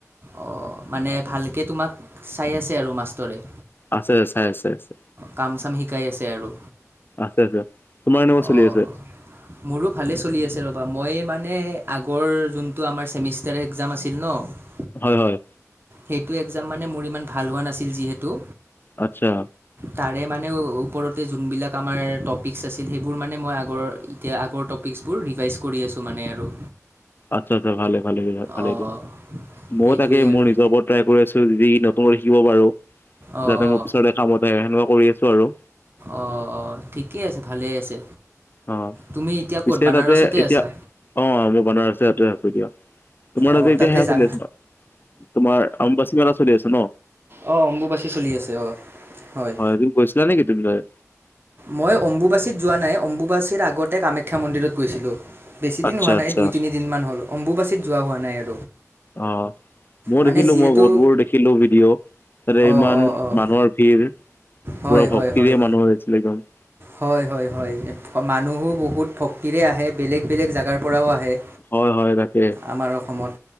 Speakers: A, on the right (about 45°); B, on the left (about 40°).
A: অ', মানে ভালকে তোমাক চাই আছে আৰু মাষ্টৰে।
B: আছে, আছে, আছে, আছে।
A: কাম চাম শিকাই আছে আৰু।
B: আছে আছে তোমাৰ এনেকুৱা
A: অ'
B: চলি আছে
A: মোৰো ভালে চলি আছে ৰ মই মানে আগৰ যোনটো আমাৰ চেমিষ্টাৰ একযাম আছিল ন'
B: হয় হয়।
A: সেইটো একজাম মানে মোৰ ইমান ভাল হোৱা নাছিল যিহেতু
B: আচ্ছা।
A: তাৰে মানে ওপৰতে যোনবিলাক আমাৰ টপিকচ আছে সেইবোৰ মানে মই আগৰ এতিয়া আগৰ টপিকছবোৰ ৰিভাইজ কৰি আছোঁ মানে আৰু
B: আচ্ছা আচ্ছা ভালে ভালে ভালে
A: অঁ
B: দে ময়ও
A: সেইটোৱে
B: তাকে
A: আৰু
B: মোৰ নিজৰ ওপৰত ট্ৰাই কৰি আছো যি ত শিকিব পাৰো।
A: অঁ
B: যাতে মোৰ পিছতে কামত আহে সেনেকুৱা কৰি আছো আৰু
A: অঁ অঁ ঠিকেই আছে ভালেই আছে।
B: অ',
A: তুমি এতিয়া
B: পিছে
A: ক'ত বানাৰসতে
B: তাতে এতিয়া
A: আছা
B: অ মই বনাৰস তাতে আছো দিয়ক। তোমাৰ
A: অঁ
B: তাতে এতিয়া সেয়া
A: যা
B: চলি আছে ন। তোমাৰ অম্বাচী মেলা চলি আছ ন।
A: আহ অম্বুবাচী চলি আছে আহ হয়।
B: তুমি গৈছিলা নেকি তুমি তাতে
A: মই অম্বুবাচীত যোৱা নাই অম্বুবাচীৰ আগতে কামাখ্যা মন্দিৰত গৈছিলোঁ। বেছি দিন
B: আচ্ছা
A: হোৱা
B: আচ্ছা
A: নাই দুই তিনি দিন মান হল অম্বুবাচীত যোৱা হোৱা নাই আৰু
B: অ', মই
A: মানে
B: দেখিলো
A: যিহেতু
B: মই বহুতবোৰ দেখিলো ভিডিঅ' তাতে
A: অঁ
B: ইমান
A: অঁ অঁ
B: মানুহৰ ভিৰ পুৰা
A: হয় হয়
B: ভক্তিৰৰে
A: হয়
B: মানুহ হৈছিল একদম
A: হয়, হয়, হয় মানুহো বহুত ভক্তিৰে আহে বেলেগ বেলেগ জগাৰ পৰাও আহে।
B: হয়, হয় তাকে।
A: আমাৰ অসমত